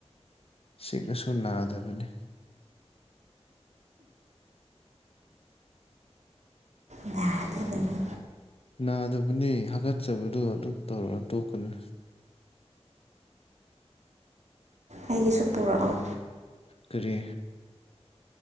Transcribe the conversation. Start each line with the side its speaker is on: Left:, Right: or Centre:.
Left: ꯆꯤꯛꯑꯁꯨ ꯅꯥꯗꯕꯅꯦ
Right: ꯅꯥꯗꯕꯅꯤ
Left: ꯅꯥꯗꯕꯅꯦ ꯍꯥꯒꯠꯆꯕꯗꯣ ꯑꯗꯨꯝ ꯇꯧꯔ ꯇꯣꯛꯀꯅꯤ
Right: ꯑꯩꯒꯤꯁꯨ ꯄꯨꯔꯛꯑꯣ
Left: ꯀꯔꯤ